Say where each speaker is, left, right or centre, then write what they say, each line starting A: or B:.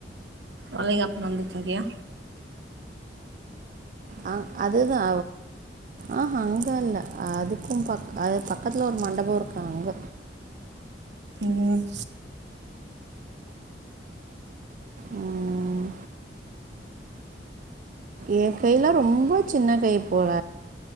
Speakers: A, on the right; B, on the right.
A: வளைகாப்பு நடந்துச்சு அங்கயா
B: அங் அதுதா ஆஹ அங்க இல்ல அதுக்கு பக் அது பக்கத்துல ஒரு மண்டப இருக்கு அங்க
A: ம்
B: ம் என் கைலா ரொம்ப சின்ன கை போல